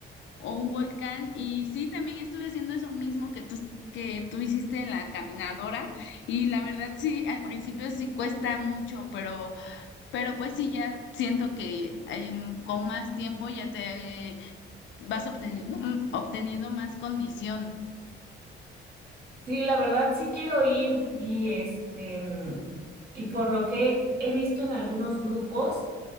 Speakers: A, on the left; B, on the right.
A: o un volcán. Y sí, también estuve haciendo eso mismo que tú, que tú hiciste en la caminadora. Y la verdad sí, al principio sí cuesta mucho, pero, pero pues sí, ya siento que em, con más tiempo ya te vas obteniendo, mm, obteniendo más condición.
B: Sí, la verdad sí quiero ir y este mm, y por lo que he visto en algunos grupos